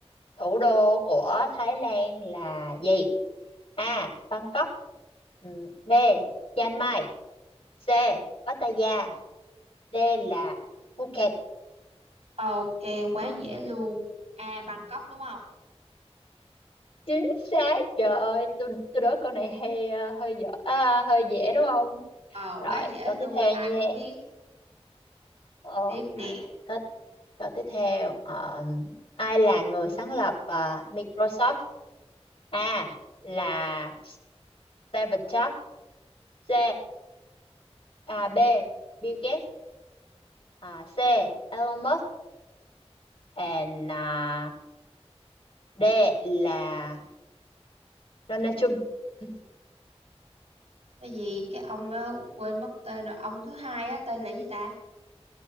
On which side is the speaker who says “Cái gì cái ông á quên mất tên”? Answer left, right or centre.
Right